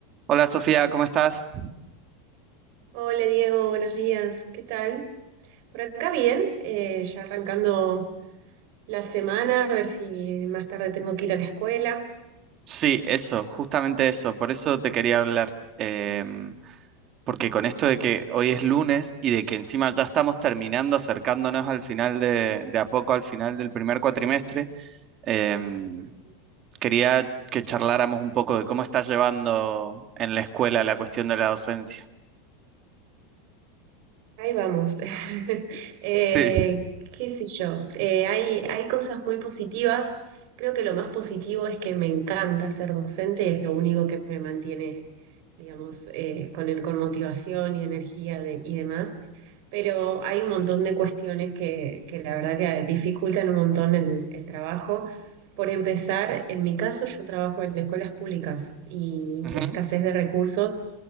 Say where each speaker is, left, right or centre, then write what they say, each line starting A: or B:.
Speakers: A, on the right (about 35°); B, on the right (about 60°).
A: Hola Sofía, ¿cómo estás?
B: Hola Diego, buenos días. ¿Qué tal? Por acá bien, eh, ya arrancando la semana, a ver si más tarde tengo que ir a la escuela.
A: Sí, eso, justamente eso, por eso te quería hablar, em, porque con esto de que hoy es lunes y de que encima ya estamos terminando, acercándonos al final de, de a poco al final del primer cuatrimestre, em,
B: Ujú.
A: quería que charláramos un poco de cómo estás llevando en la escuela la cuestión de la docencia.
B: Ahí vamos. <laughs> Eh,
A: Sí,
B: qué sé yo. Eh, hay, hay cosas muy positivas. Creo que lo más positivo es que me encanta ser docente, es lo único que me mantiene, digamos, eh, con, el- con motivación y energía de- y demás. Pero hay un montón de cuestiones que, que la verdad que dificultan un montón el, el trabajo. Por empezar, en mi caso yo trabajo en escuelas públicas y
A: ujú,
B: la escasez de recursos